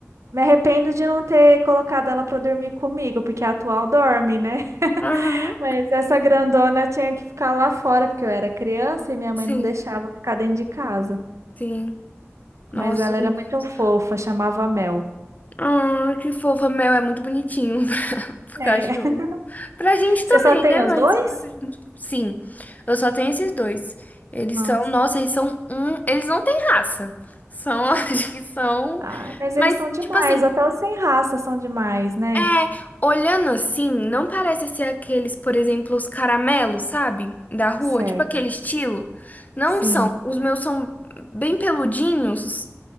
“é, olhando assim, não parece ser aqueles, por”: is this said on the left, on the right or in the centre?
Left